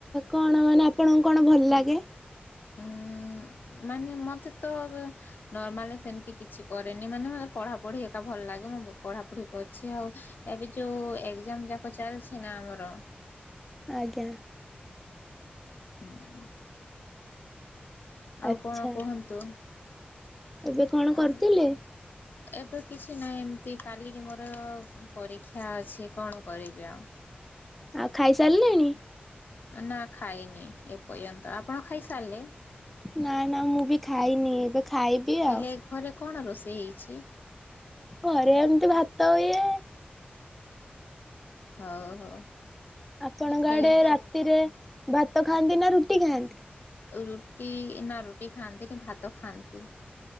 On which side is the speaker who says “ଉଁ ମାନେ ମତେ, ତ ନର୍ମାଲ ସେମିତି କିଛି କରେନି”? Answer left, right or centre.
Left